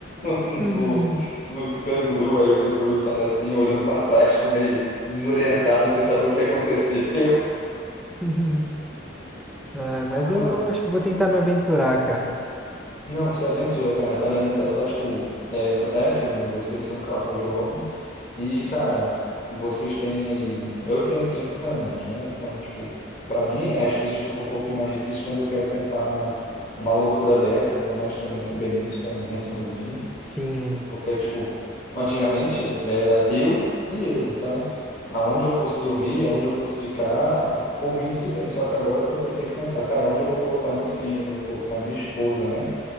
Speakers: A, on the left (about 40°); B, in the centre.
A: <laughs>
B: Uhum.
A: no, no canguru, aí o canguru sai assim, olhando pra trás, tipo, meio desorientado, sem saber o que aconteceu. <laughs>
B: <laughs> Ah, mas
A: Mas,
B: eu
A: mano,
B: acho que eu vou tentar me aventurar, cara.
A: Não, se aventura, cara. Vale muito. Vai, tipo, é, é aquilo, né? Vocês são um casal jovem e, cara, vocês têm aí. Eu tenho 30 anos, né? Então, tipo, para mim as coisas ficam um pouquinho mais difíceis quando eu quero tentar uma, uma loucura dessas, ainda mais também com o Benício, que é muito novinho.
B: Sim.
A: Porque, tipo, antigamente era eu e eu. Então, aonde eu fosse dormir, aonde eu fosse ficar, por mim tudo bem. Só que agora eu tenho que pensar, cara, onde eu vou colocar o meu filho, onde eu vou colocar a minha esposa, né?